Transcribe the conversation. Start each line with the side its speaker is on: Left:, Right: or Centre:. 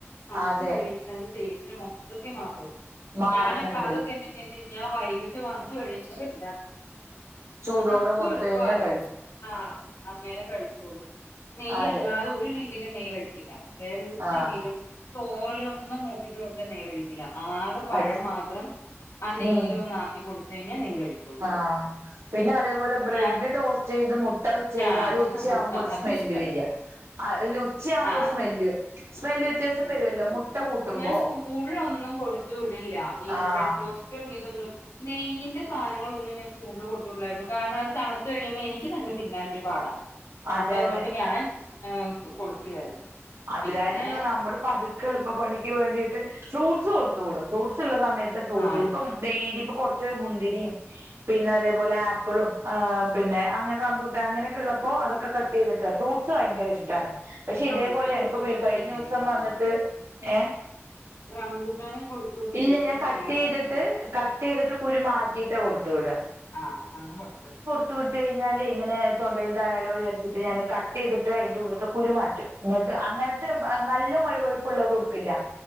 Left: തണുത്ത
Right: അതെ
Left: കഴിയു അതിന്റെ ടേസ്റ്റ് മൊത്തത്തി മാറും
Right: മാറുന്നുണ്ട്
Left: ഞാനപ്പ അതൊക്കെ <unintelligible> കഴിഞ്ഞാ വൈകിട്ട് വന്ന് കഴിയുമ്പം ഇണ്ടാക്കും
Right: ചൂടോടെ
Left: നമുക്ക്
Right: കൊടുത്ത്
Left: എളുപ്പാലോ
Right: കഴിഞ്ഞാൽ കഴിക്കും
Left: ആഹ് അന്നേരാ കഴിക്കോള്ളൂ നെയ്യല്ലാതെ
Right: അതെ
Left: ഒരു രീതിയിലും നെയ്യ് കഴിക്കില്ല വേറ ഒരു
Right: ആഹ്
Left: രീതിയിലും ചോറിലൊന്നും മൂപ്പിച്ചു കൊടുത്താ നെയ് കഴിക്കില്ല ആകെ പഴം
Right: പറ്റും
Left: മാത്രം ആ നെയ്യിലൊന്ന്
Right: ഉം
Left: ആക്കി കൊടുത്ത് കഴിഞ്ഞാൽ നെയ് കഴിക്കും.
Right: ആഹ് പിന്നെ അതേപോലെ ബ്രെഡ്
Left: ഞാൻ
Right: ടോസ്റ്റ് ചെയ്ത് മുട്ട വെച്ച് കഴിഞ്ഞാല്
Left: ആഹ്
Right: ഉച്ചയാവുമ്പോ ഒരു
Left: അത്
Right: സ്മെല്ല്
Left: ഇഷ്ടാ
Right: വെരാ അ അല്ല ഉച്ചയാവുമ്പോ
Left: ആഹ്
Right: ഒരു സ്മെല്ല് സ്മെല്ല് വ്യത്യാസം
Left: ഉം
Right: വരുമല്ലോ മുട്ട കൂട്ടുമ്പോ
Left: ഞാൻ സ്കൂളിലൊന്നും കൊടുത്തു വിടില്ല ഈ
Right: ആഹ്
Left: ബ്രഡു <unintelligible> ഇതൊന്നും നെയ്യിന്റെ സാധനങ്ങൾ ഒന്നും ഞാൻ സ്കൂളില് കൊടുത്തു വിടില്ലായിരുന്നു കാരണം അത് തണുത്തു കഴിയുമ്പോ എനിക്ക് തന്നെ തിന്നാൻ ഒരു പാടാ
Right: അതെ
Left: അപ്പൊ അതുകൊണ്ട്
Right: അതെ
Left: ഞാൻ ഏഹ് കൊടുക്കില്ലായിരുന്നു.
Right: അത്കാരണം
Left: പിന്നെ
Right: എന്താ നമ്മള് പതുക്ക് <unintelligible> എളുപ്പ പണിക്ക് വേണ്ടിയിട്ട് ഫ്രൂട്ട്സ് കൊടുത്തു വിടും ഫ്രൂട്ട്സ് ഉള്ള സമയത്ത് ഫ്രൂട്ട്സ്
Left: ആഹ്
Right: ഇപ്പം ഡെയിലി ഇപ്പ കൊറച്ച് മുന്തിരിയും പിന്നെ അതേപോലെ ആപ്പിളും ഏഹ് പിന്നെ അങ്ങനെ റമ്പൂട്ടാൻ അങ്ങനെയൊക്കെ ഇള്ളപ്പോ അതൊക്കെ കട്ട് ചെയ്തിട്ട് ഫ്രൂട്ട്സ് ഭയങ്കര ഇഷ്ട്ടാണ്
Left: ഉം
Right: പക്ഷെ ഇതേ
Left: റംബൂട്ടാൻ
Right: <unintelligible>
Left: കൊടുത്തു
Right: ഇപ്പം
Left: വിടുമ്പോ
Right: കഴിഞ്ഞ
Left: ശ്രദ്ധിക്കണം
Right: ദിവസം
Left: കേട്ടോ
Right: വന്നിട്ട് ഏഹ്
Left: റംബൂട്ടാന് കൊടുത്തു വിടുമ്പേ
Right: ഇല്ല
Left: ശ്രദ്ധിക്കണംന്ന്
Right: ഞാൻ കട്ട് ചെയ്തിട്ട്
Left: ആ
Right: കട്ട് ചെയ്തിട്ട് കുരു മാറ്റിട്ടാ കൊടുത്തു വിടാ
Left: ആഹ് <unintelligible> കൊഴപ്പല്
Right: ത്തു വിട്ട് കഴിഞ്ഞാല് ഇങ്ങനെ തൊണ്ടയില്തായാലോ വിചരിച്ചിട്ട് ഞാൻ കട്ട് ചെയ്തിട്ട് അതിൻ്റെ ഉള്ളിൽത്തെ കുരുമാറ്റും. എന്നിട്ട് അങ്ങനത്തെ നല്ല വഴുവഴുപ്പുള്ളത് കൊടുക്കില്ല